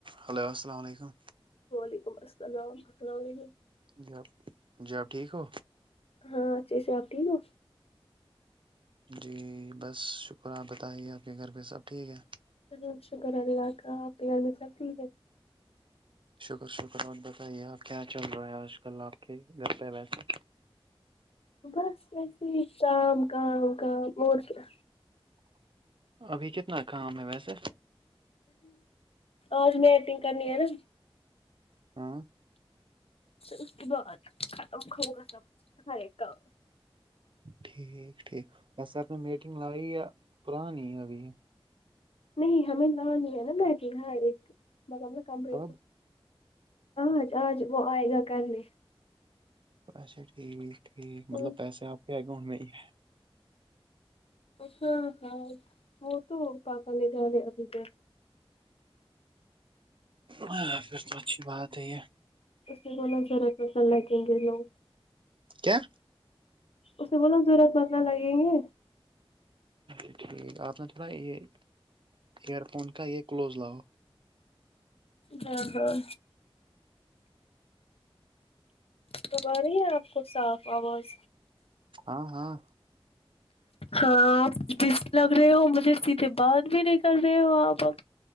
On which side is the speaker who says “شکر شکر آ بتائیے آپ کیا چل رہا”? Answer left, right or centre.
Right